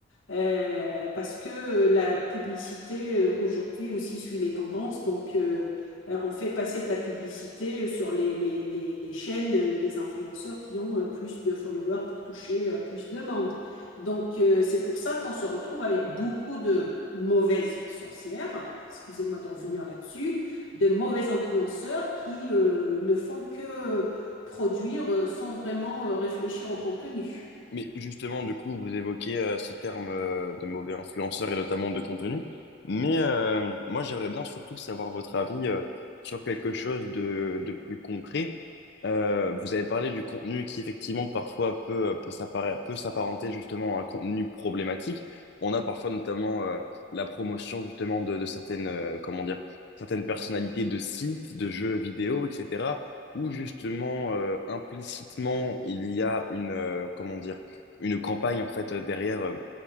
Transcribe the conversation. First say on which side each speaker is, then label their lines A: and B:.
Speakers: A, on the left (about 75°); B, on the left (about 55°).
A: euh, parce que la publicité euh, aujourd'hui aussi suit les tendances, donc euh, euh, on fait passer de la publicité sur les, les- les- les chaînes euh, des influenceurs qui ont euh, plus de followers pour toucher euh, plus de monde. Donc, euh, c'est pour ça qu'on se retrouve avec beaucoup de mauvaises sorcières, excusez-moi de revenir là-dessus, de mauvais influenceurs qui euh, ne font que produire euh, sans vraiment euh, réfléchir au contenu.
B: Mais justement, du coup, vous évoquez euh, ce terme euh, de mauvais influenceur et notamment de contenu. Mais euh, moi, j'aimerais bien surtout savoir votre avis euh, sur quelque chose de, de plus concret. Euh, vous avez parlé du contenu qui, effectivement, parfois peut, euh, peut s'appara- peut s'apparenter justement à un contenu problématique. On a parfois notamment euh, la promotion justement de, de certaines, euh, comment dire, certaines personnalités de sites, de jeux vidéo, etc., où justement, euh, implicitement, il y a une, euh, comment dire, une campagne en fait euh, derrière euh,